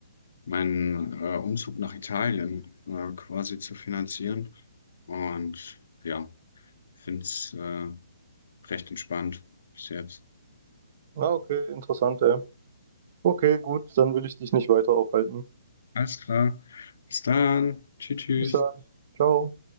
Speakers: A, on the left; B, on the right.
A: meinen äh, Umzug nach Italien äh, quasi zu finanzieren. Und ja, finde es äh, recht entspannt bis jetzt.
B: Ah, okay, interessant, ey. Okay, gut, dann will ich dich nicht weiter aufhalten.
A: Alles klar. Bis dann. Tschüss, tschüss.
B: Bis dann. Ciao.